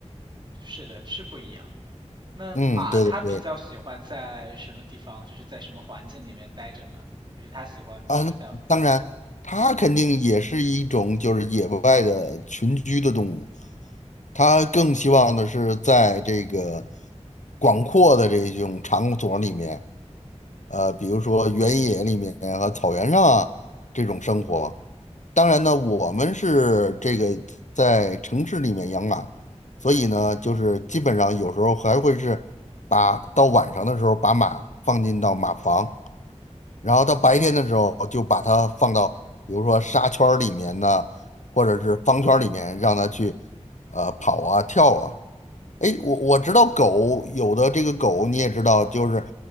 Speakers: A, on the right; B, on the left.
A: 是的，是不一样。那马它比较喜欢在什么地方，
B: 嗯，对对对，
A: 就是在什么环境里面待着呢？就是它喜欢，比如说像，
B: 啊，当然，它肯定也是一种就是野外的群居的动物，它更希望的是在这个广阔的这种场所里面，呃，比如说原野里面和草原上啊这种生活。当然呢，我们是这个在城市里面养马，所以呢，就是基本上有时候还会是把到晚上的时候把马放进到马房，然后到白天的时候就把它放到比如说沙圈儿里面呢，或者是方圈儿里面，让它去呃跑啊跳啊。哎，我我知道狗有的这个狗你也知道，就是